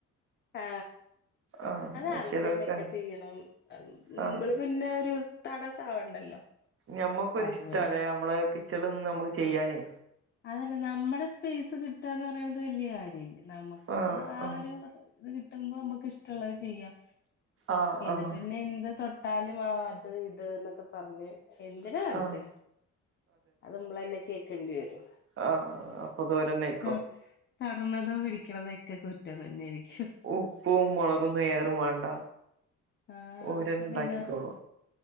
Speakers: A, on the left; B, on the right.
A: ആ
B: ആഹ്
A: അത് ആൾക്കെന്നെ
B: ചെലോർക്ക്
A: ക്കെ ചെയ്യണം
B: ആഹ്
A: മ്പള് പിന്നൊരു തടസാവണ്ടല്ലോ
B: നമ്മക്കൊരിഷ്ടണ്
A: അപ്പൊ പിന്നെ
B: നമ്മളെ കിച്ചണിൽ നിന്ന് നമുക്ക് ചെയ്യാനേ
A: അതല്ല നമ്മുടെ സ്പേസ് കിട്ടാന്ന് പറയുന്നത് വലിയ കാര്യല്ലേ നമുക്ക്
B: ആഹ്
A: ആ
B: ആഹ്
A: ഒരു ഇത് കിട്ടുമ്പോ നമുക്ക് ഇഷ്ടമുള്ളത് ചെയ്യാം
B: ആഹ്
A: ഇത്
B: ആഹ്
A: പിന്നെ എന്ത് തൊ- ട്ടാലും ആ അത് ഇത് എന്നൊക്കെ പറഞ്ഞ് എന്തിനാ വെറുതെ
B: ആഹ്
A: അത് നമ്മളന്നെ കേക്കേണ്ടി വരും.
B: ആഹ അപ്പൊ അതോലന്നായി
A: ട്ടോ തൊടണതും പിടിക്കണതോക്കെ കുറ്റം തന്നെയായിരിക്കും.
B: ഉപ്പും മുളകൊന്നും ഏറും വേണ്ട.
A: ആഹ്
B: ഓരന്നെണ്ടാക്കിക്കോളൂ
A: അപ്പൊ പിന്നെ